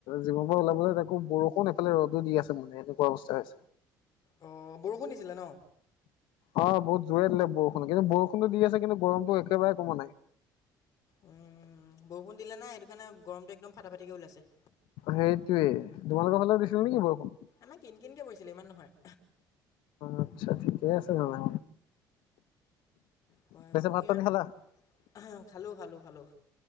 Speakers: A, on the left (about 80°); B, on the left (about 45°).
A: জিমৰ পৰা ওলাই পেলে দেখো বৰষুণ এফালে ৰদো দি আছে মানে এনেকুৱা অৱস্থা হৈ আছে।
B: অ' বৰষুণ দিছিলে ন?
A: অ' বহুত জোৰে দিলে বৰষুণ, কিন্তু বৰষুণটো দি আছে কিন্তু গৰমটো একেবাৰে কমা নাই।
B: উম, বৰষুণ দিলে না এইটো কাৰণে গৰমটো একদম ফাটা-ফাটিকে ওলাইছে।
A: সেইটোয়ে, তোমালোকৰ ফালেও দিছিল নেকি বৰষুণ?
B: আমাৰ কিন-কিনকে পৰিছিলে‌, ইমান নহয়।
A: আচ্ছা, ঠিকেই আছে তেনেহলে।
B: কোৱা
A: পিছে
B: কোৱা,
A: ভাত
B: মই ইমান
A: পানী খালা
B: ফোন, খালো খালো খালো!